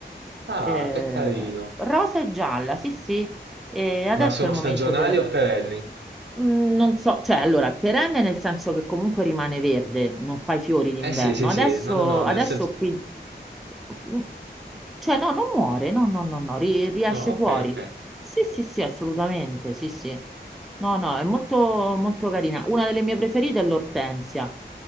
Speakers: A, on the right; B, in the centre.
A: Ah,
B: Eh,
A: che carino.
B: rosa e gialla, sì, sì. E adesso
A: Ma sono
B: è il momento
A: stagionali
B: del,
A: o perenni?
B: Mm, Non so, cioè allora, perenne nel senso che comunque rimane verde, non fai fiori d'inverno.
A: Eh sì, sì,
B: Adesso,
A: sì, no, no, no,
B: adesso
A: nel senso...
B: qui, mhmm, cioè no, non muore, no, no, no, no, ri- riesce
A: No,
B: fuori.
A: ok, ok.
B: Sì, sì, sì, assolutamente, sì, sì. No, no, è molto, molto carina. Una delle mie preferite è l'ortensia.